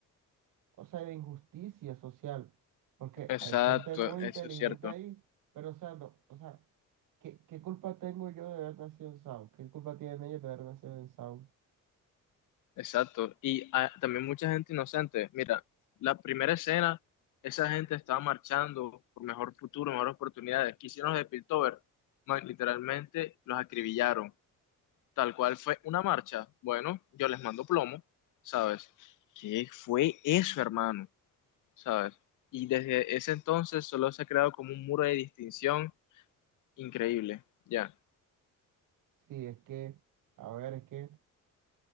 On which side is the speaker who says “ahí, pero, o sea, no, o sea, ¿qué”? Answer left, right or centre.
Right